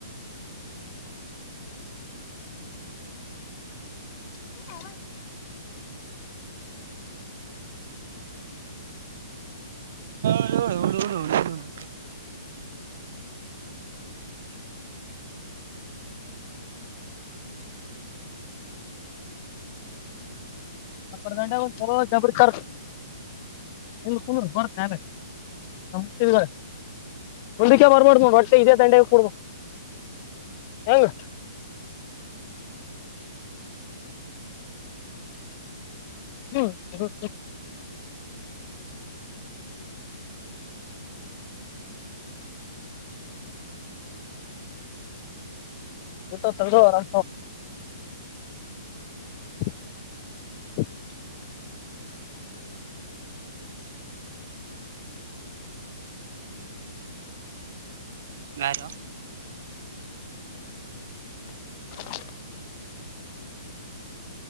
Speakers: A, on the left; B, on the right.
A: ಹ
B: ಹ ಹ <unintelligible>
A: ಅಪ್ಪದಂಡ ಜಬರತಾರ್ ಇಲ್ಲಿ ಕು ಬರ್ತ ಯಾರ ನ ಮುಟ್ಟಿದ ಮುಂದಕ್ಕೆ ಬರ್ಬಡ್ಮ ಬಟ್ಟೆ ಇದೇ ದಂಡೆಗೆ ಕುೂಡಬ ಹೆಂಗ ಹ್ಮ ಹೌ ಇತ್ತ ತೆಗೆದು ಅರಸ <inaudible>
B: ಬಾರ
A: <inaudible>